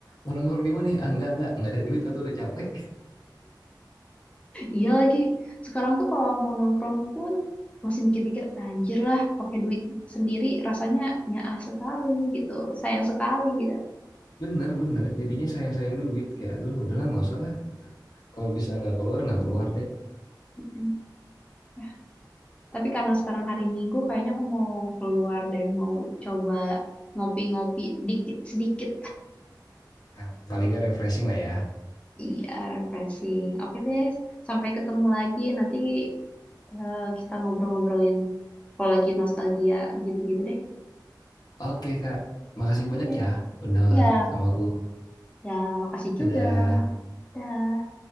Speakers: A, on the left; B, on the left.
A: Mau nongkrong di mana nih? Ah, enggak, enggak, enggak ada duit atau udah capek.
B: iya lagi sekarang tuh kalau mau nongkrong pun masih mikir-mikir anjir lah pakai duit sendiri rasanya nyaah sekali gitu sayang sekali gitu
A: Bener, bener. Jadinya sayang-sayang duit. Kayak, aduh, udahlah nggak usah lah. Gitu. Kalau bisa nggak keluar, nggak keluar deh.
B: Mm-mm. Ya, tapi karena sekarang hari Minggu kayaknya aku mau keluar deh mau coba ngopi-ngopi dikit sedikit
A: Nah, paling nggak refreshing lah ya.
B: iya refreshing oke deh sampai ketemu lagi nanti eh, kita ngobrol-ngobrolin kalau lagi nostalgia gitu-gitu deh.
A: Oke, Kak. Makasih
B: Iya.
A: banyak ya. Udah
B: Ya.
A: sama aku.
B: Ya, makasih
A: Dadah.
B: juga. Dah.